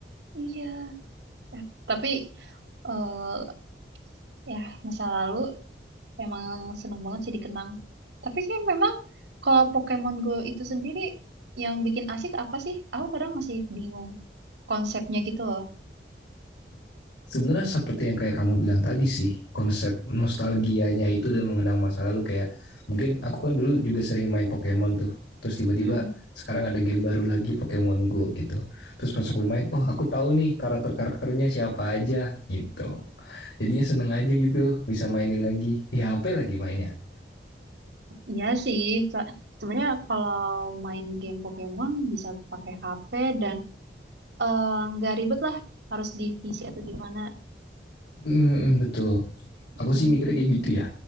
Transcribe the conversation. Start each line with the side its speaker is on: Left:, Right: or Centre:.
Right: Iya. Eh, Tapi eh ya masa lalu emang seneng banget sih dikenang. Tapi kayak memang kalau Pokemon Go itu sendiri yang bikin asik apa sih? Aku kadang masih bingung konsepnya gitu loh.
Left: Sebenarnya seperti yang kayak kamu bilang tadi sih, konsep nostalgianya itu dan mengenang masa lalu kayak mungkin aku kan dulu juga sering main Pokemon tuh. Terus tiba-tiba
Right: mm
Left: sekarang ada game baru lagi Pokemon Go gitu. Terus pas aku main, oh aku tahu nih karakter-karakternya siapa aja gitu. Jadinya seneng aja gitu bisa mainin lagi. Di HP lagi mainnya.
Right: Iya sih, se- sebenarnya kalau main game Pokemon bisa pakai HP dan eh, nggak ribet lah harus divisi atau gimana.
Left: Mm, betul. Aku
Right: Hmm,
Left: sih mikirnya kayak gitu ya.